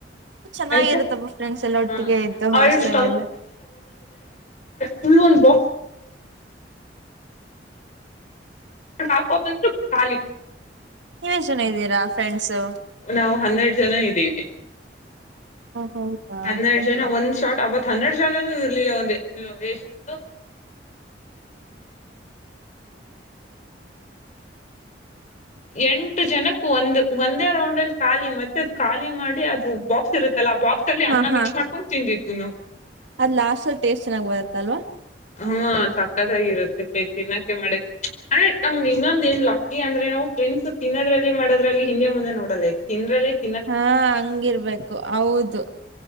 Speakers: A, on the right; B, on the left.
A: ಚೆನ್ನಾಗಿರುತ್ತಪ್ಪ
B: ಆಯ್ತಾ
A: ಫ್ರೆಂಡ್ಸ್ ಎಲ್ಲ ಒಟ್ಟಿಗೆ
B: ಹ್ಮ್
A: ಇದ್ದು
B: ಅವಳು
A: ಹಾಸ್ಟೆಲ್ ಎಲ್ಲ.
B: ಫುಲ್ಲು ಒನ್ ಬೋಕ್ <unintelligible> ಅಂತು ಖಾಲೀ
A: ನೀವೇಸ್ಟ್ ಜನ ಇದೀರಾ ಫ್ರೆಂಡ್ಸು?
B: ನಾವು ಹನ್ನೆರಡು ಜನ ಇದ್ದೀವಿ.
A: ಹೌದಾ
B: ಹನ್ನೆರ ಜನ ಒಂದ್ ಶಾಟ್ ಅವತ್ ಹನ್ನೆರಡು ಜನನು ಇರ್ಲಿಲ್ಲ ಒಂದೆ ಆ ಎಷ್ಟು ಎಂಟು ಜನಕ್ ಒಂದು ಒಂದೇ ರೌಂಡಲ್ಲಿ ಖಾಲಿ ಮತ್ತೆ ಅದ್ ಖಾಲಿ ಮಾಡಿ ಅದು ಬಾಕ್ಸ್ ಇರು ತ್ತಲ್ಲ ಆ ಬಾಕ್ಸಲ್ಲಿ ಅನ್ನ
A: ಹಾ ಹಾ
B: ಮಿಕ್ಸ್ ಮಾಡ್ಕೊಂಡ್ ತಿಂದಿದ್ ದಿನು
A: ಅದ್ ಲಾಸ್ಟಲ್ ಟೇಸ್ಟ್ ಚೆನ್ನಾಗ್ ಬರುತ್ತಲ್ವ?
B: ಹ್ಮ ಸಕ್ಕತ್ತಾಗಿರುತ್ತೆ ಪೆ ತಿನ್ನೋಕ್ಕೆ ಮಾಡ ಅಂದ್ರೆ ನಮ್ ಇನ್ನೊಂದ್ ಏನ್ ಲಕ್ಕಿ ಅಂದ್ರೆ ನಾವು ಫ್ರೆಂಡ್ಸ್ ತಿನ್ನೋದ್ರಲ್ಲಿ ಮಾಡೋದ್ರಲ್ಲಿ ಹಿಂದೆ ಮುಂದೆ ನೋಡಲ್ಲ ಇಗ್ ತಿಂದ್ರೆ ಲೈಕ್
A: ಹಾ ಹಂಗಿರ್ಬೇಕು ಹೌದು